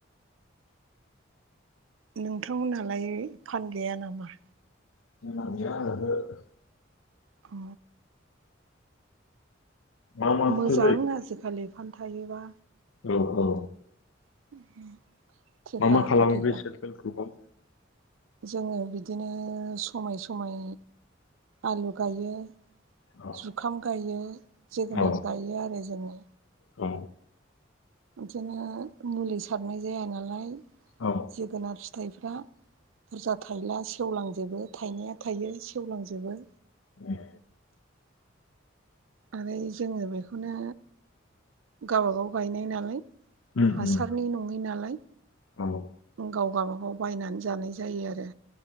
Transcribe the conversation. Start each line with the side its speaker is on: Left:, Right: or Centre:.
Right: नोंथांमोनहालाय फान गैया नामा?
Left: <unintelligible>
Right: औ।
Left: मा मा फिथाइ
Right: मोजां आजिखालि फान थायोबा।
Left: औ औ।
Right: <inaudible>
Left: मा मा खालामो
Right: बिथेखा
Left: बे सेल्फ हेल्प ग्रुपआव?
Right: जोङो बिदिनो समाय समाय आलु गायो।
Left: औ
Right: जुखाम गायो जोगोनार
Left: औ
Right: गायो आरो जोङो।
Left: औ
Right: बिदिनो मुलि सारनाय जाया नालाय।
Left: औ
Right: जोगोनार फिथाइफ्रा बुरजा थाइला सेवलांजोबो थाइनाया थायो सेवलांजोबो।
Left: उम
Right: आरो जोङो बेखौनो गबागाव गायनाय नालाय
Left: उम
Right: हासारनि
Left: उम
Right: नङै नालाय।
Left: औ
Right: गाव गाबागाव बायनानै जानाय जायो आरो